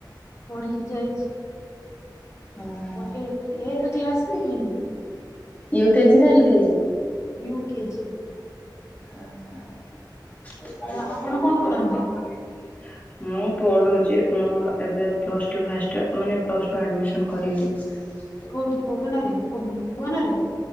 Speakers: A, on the left; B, on the left.
A: ପଢ଼ିକି ଯାଇଚି।
B: ହଁ ହଁ
A: ପୁଅ ଏକ ଏକେ କ୍ଲାସ୍ ବି ହେଇନି।
B: ୟୁ କେଜି ନା ଏଲ କେଜି?
A: U KG.
B: ହଁ ହଁ। <unintelligible>
A: ଆ ଆପଣ କଣ କରନ୍ତି?
B: ମୁଁ ପଢୁଚି ମୁଁ ଏବେ ପ୍ଲସ୍ ଟୁ ଫାଷ୍ଟୟିଅର ମାନେ ପ୍ଲସ୍ ଟୁ ଆଡମିଶନ୍ କରିବି। <inaudible>
A: କୋଉଠି ଭୁବୁନ ରେ ଭୁଭୁ ଭୁବନ ରେ।